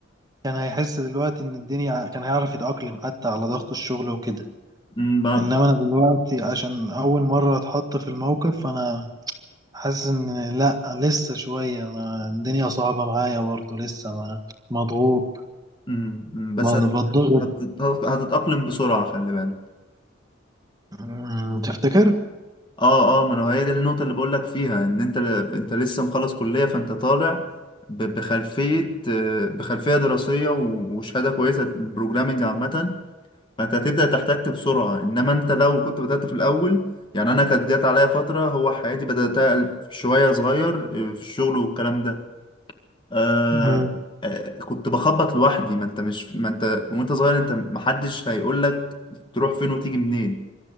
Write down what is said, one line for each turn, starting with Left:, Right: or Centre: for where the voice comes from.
Right: كان هيحس دلوقتي ان الدنيا كان هيعرف يتأقلم حتى على ضغط الشغل وكده
Left: أمم، ب-
Right: انما انا دلوقتي عشان اول مره اتحط في الموقف فانا حاسس ان لا لسه شويه أنا الدنيا صعبه معايا برضه لسه ما مضغوط
Left: أمم، أمم، بس
Right: ما-
Left: هت-
Right: بتضغط
Left: هت- هتتاقلم بسرعه خلي بالك
Right: أمم، تفتكر
Left: اه اه ما انا هي دي النقطة اللي بقول لك فيها ان انت انت لسه مخلص كلية فانت طالع ب- بخلفية آه، بخلفية دراسية و- وشهادة كويسة بروجرامنج عامة فانت هتبدأ تحتك بسرعة انما انت لو كنت بدأت في الاول يعني انا كانت جات عليا فترة هو حياتي بدأتها شوية صغير آه، في الشغل والكلام ده آه
Right: أمم،
Left: آه، كنت بخبط لوحدي ما انت مش ما انت وانت صغير انت محدش هيقولك تروح فين وتيجي منين